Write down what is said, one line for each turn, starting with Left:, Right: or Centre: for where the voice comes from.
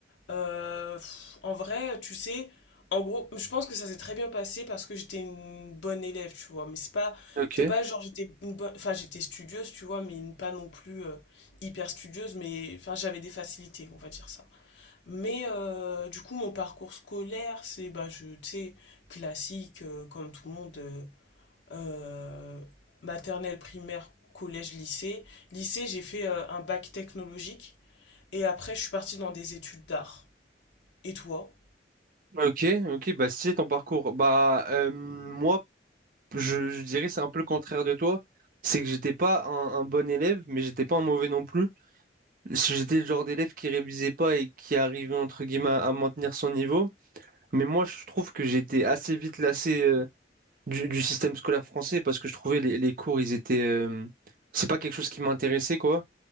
Left: Euh, pff, en vrai, tu sais, en gros, je pense que ça s'est très bien passé parce que j'étais une bonne élève, tu vois. Mais c'est pas,
Right: Ok,
Left: c'était pas genre j'étais une bonne, enfin j'étais studieuse, tu vois, mais pas non plus euh, hyper studieuse, mais enfin j'avais des facilités, on va dire ça. Mais euh, du coup, mon parcours scolaire, c'est bah je, tu sais, classique euh, comme tout le monde. euh, euh, maternelle, primaire, collège, lycée. Lycée, j'ai fait euh, un bac technologique et après, je suis partie dans des études d'art. Et toi?
Right: ok, ok, bah si c'est ton parcours, bah euh, moi je, je dirais c'est un peu le contraire de toi, c'est que j'étais pas un, un bon élève, mais j'étais pas un mauvais non plus. Si J'étais le genre d'élève qui révisait pas et qui arrivait entre guillemets à à maintenir son niveau. Mais moi, je trouve que j'étais assez vite lassé euh, du, du système scolaire français parce que je trouvais les, les cours, ils étaient. euh, c'est pas quelque chose qui m'intéressait, quoi.